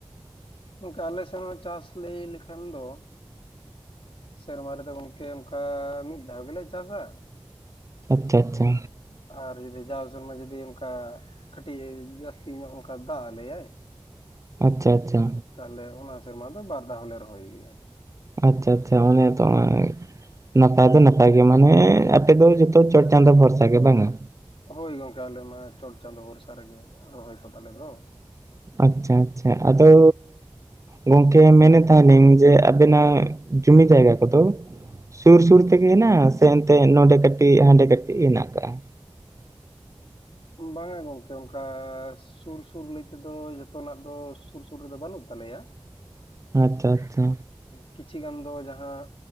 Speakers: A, on the left (about 75°); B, on the right (about 35°).
A: ᱜᱚᱝᱠᱮ ᱟᱞᱮ ᱥᱮᱱ ᱦᱚᱸ ᱪᱟᱥ ᱞᱟᱹᱭ ᱞᱮᱠᱷᱟᱱ ᱫᱚ ᱥᱮᱨᱢᱟ ᱨᱮᱫᱚ ᱜᱚᱝᱠᱮ ᱚᱝᱠᱟ ᱢᱤᱫ ᱫᱷᱟᱣ ᱜᱮᱞᱮ ᱪᱟᱥᱟ᱾
B: ᱟᱪᱪᱷᱟ ᱟᱪᱪᱷᱟ᱾
A: ᱟᱨ ᱡᱩᱫᱤ ᱡᱟᱣ ᱥᱮᱨᱢᱟ ᱡᱩᱫᱤ ᱚᱝᱠᱟ ᱠᱟᱹᱴᱤᱡ ᱡᱟᱹᱥᱛᱤ ᱧᱚᱜ ᱚᱝᱠᱟ ᱫᱟᱜ ᱟᱞᱮᱭᱟᱭ,
B: ᱟᱪᱪᱷᱟ ᱟᱪᱪᱷᱟ᱾
A: ᱛᱟᱦᱞᱭᱮ ᱚᱱᱟ ᱥᱮᱨᱢᱟ ᱫᱚ ᱵᱟᱨ ᱫᱷᱟᱣ ᱦᱚᱸᱞᱮ ᱨᱚᱦᱚᱭ ᱜᱮᱭᱟ᱾
B: ᱟᱪᱪᱷᱟ ᱟᱪᱪᱷᱟ ᱚᱱᱮ ᱛᱚ ᱚᱱᱟ ᱜᱮ᱾ ᱱᱟᱯᱟᱭ ᱫᱚ ᱱᱟᱯᱟᱭ ᱜᱮ ᱢᱟᱱᱮ ᱟᱯᱮ ᱫᱚ ᱡᱚᱛᱚ ᱪᱚᱴ ᱪᱟᱸᱫᱚ ᱵᱷᱚᱨᱥᱟ ᱜᱮ ᱵᱟᱝᱟ?
A: ᱦᱳᱭ ᱜᱚᱝᱠᱮ ᱟᱞᱮ ᱢᱟ ᱪᱚᱴ ᱪᱟᱸᱫᱳ ᱵᱷᱚᱨᱥᱟ ᱨᱮᱜᱮ ᱨᱚᱦᱚᱭ ᱠᱚ ᱛᱟᱞᱮ ᱫᱚ᱾
B: ᱟᱪᱪᱷᱟ ᱟᱪᱪᱷᱟ ᱟᱫᱚ ᱜᱚᱝᱠᱮ ᱢᱮᱱᱮᱫ ᱛᱟᱦᱮᱸᱱᱤᱧ ᱡᱮ ᱟᱵᱮᱱᱟᱜ ᱡᱩᱢᱤ ᱡᱟᱭᱜᱟ ᱠᱚᱫᱚ ᱥᱩᱨ ᱥᱩᱨ ᱛᱮᱜᱮ ᱦᱮᱱᱟᱜᱼᱟ ᱥᱮ ᱚᱱᱛᱮ ᱱᱚᱰᱮ ᱠᱟᱹᱴᱤᱡ ᱦᱟᱸᱰᱮ ᱠᱟᱹᱴᱤᱡ ᱦᱮᱱᱟᱜ ᱠᱟᱜᱼᱟ?
A: ᱵᱟᱝᱟ ᱜᱚᱝᱠᱮ ᱚᱝᱠᱟ ᱥᱩᱨ ᱥᱩᱨ ᱞᱟᱹᱭ ᱛᱮᱫᱚ ᱡᱚᱛᱚᱱᱟᱜ ᱫᱚ ᱥᱩᱨ ᱥᱩᱨ ᱨᱮᱫᱚ ᱵᱟᱹᱱᱩᱜ ᱛᱟᱞᱮᱭᱟ,
B: ᱟᱪᱪᱷᱟ ᱟᱪᱪᱷᱟ᱾
A: ᱠᱤᱪᱷᱤ ᱜᱟᱱ ᱫᱚ ᱡᱟᱦᱟᱸ